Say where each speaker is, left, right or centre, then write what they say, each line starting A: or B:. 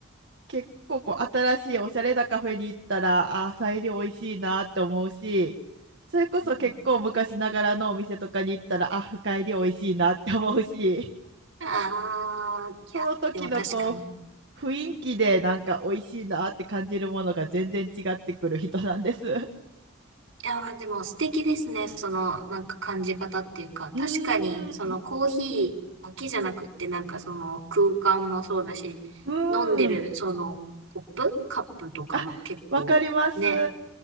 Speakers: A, on the right; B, on the right.
A: 結構こう、新しいおしゃれなカフェに行ったら、あー、サイリ美味しいなって思うし、それこそ結構昔ながらのお店とかに行ったら、
B: うん
A: あ、深入り美味しいなって思うし、
B: ああ、いや、
A: その時のこう、
B: でも確かに。い
A: 雰囲気でなんか美味しいなって感じるものが全然違ってくる人なんです。う
B: やー、でも素敵ですね。その、なんか感じ方っていうか、
A: ーん、
B: 確かに、そのコーヒーだけじゃなくって、なんかその空間もそうだし、
A: うーん。
B: 飲んでるそのコップ、カップとかも結構ね、
A: あ、わかります。